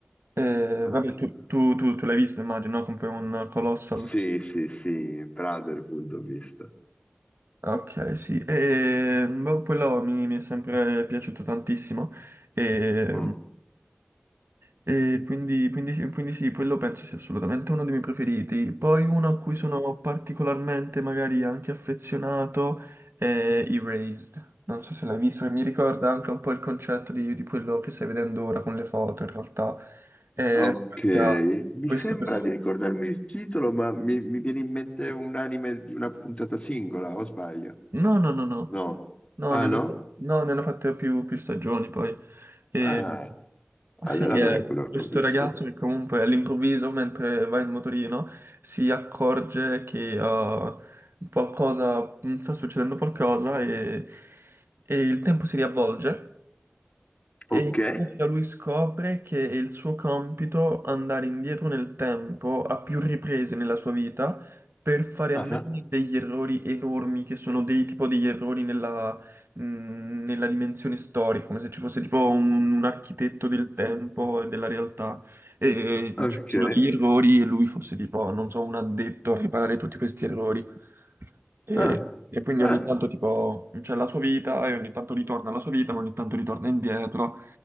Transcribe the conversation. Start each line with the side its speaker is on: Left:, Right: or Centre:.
Right: Eh,
Left: ah.
Right: vabbè, tu, tu- tu- tu l'hai visto, immagino, no? Come un Colossal.
Left: Sì, sì, sì, Brotherhood ho visto.
Right: Ok, sì, e boh, quello mi, mi è sempre piaciuto tantissimo e,
Left: Mm,
Right: e quindi, quindi sì, quindi sì, quello penso sia assolutamente uno dei miei preferiti. Poi uno a cui sono particolarmente magari anche affezionato è Erased, non so se l'hai visto, e mi ricorda anche un po' il concetto di, di quello che stai vedendo ora con le foto in realtà. È
Left: Ok,
Right: in pratica
Left: mi
Right: questo,
Left: sembra
Right: questo
Left: di ricordarmi il titolo, ma mi, mi viene in mente un anime di una puntata singola, o sbaglio?
Right: No, no, no, no.
Left: No.
Right: No,
Left: Ah,
Right: ne hanno,
Left: no?
Right: fa- no, ne hanno fatte più, più stagioni poi. E,
Left: Ah, allora
Right: sì, è
Left: non è quello che
Right: questo
Left: ho visto.
Right: ragazzo che comunque all'improvviso, mentre va in motorino, si accorge che ah, qualcosa, mm, sta succedendo qualcosa e, e il tempo si riavvolge e
Left: Ok.
Right: in pratica lui scopre che è il suo compito andare indietro nel tempo a più riprese nella sua vita per fare
Left: Ah,
Right: a meno degli errori enormi che sono dei tipo degli errori nella, mh, nella dimensione storica, come se ci fosse tipo un, un architetto del tempo e della realtà e
Left: ok.
Right: mm, ci fossero degli errori e lui fosse tipo, non so, un addetto a riparare tutti questi errori. E,
Left: Ah,
Right: e quindi
Left: ah,
Right: ogni tanto tipo c'è la sua vita e ogni tanto ritorna alla sua vita, ma ogni tanto ritorna indietro.